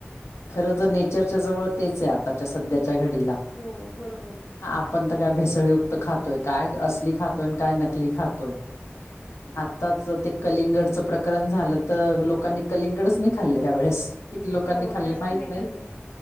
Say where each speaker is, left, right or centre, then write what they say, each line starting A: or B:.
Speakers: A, on the left; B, on the left.
A: खर तर नेचरच्या जवळ तेच आहे आताच्या सध्याच्या घडीला.
B: हो बरोबर आहे
A: आपण तर काय भेसळीयुक्त खातोय, काय असली खातोय आणि काय नकली खातोय.
B: बरोबर
A: आत्ताच
B: आहे
A: ते कलिंगडचं प्रकरण झालं, तर लोकांनी कलिंगडच नाही खाल्लं यावेेळेस, किती लोकांनी
B: हो
A: खाल्ले
B: जास्त
A: माहीत नाही.
B: खाल्ले.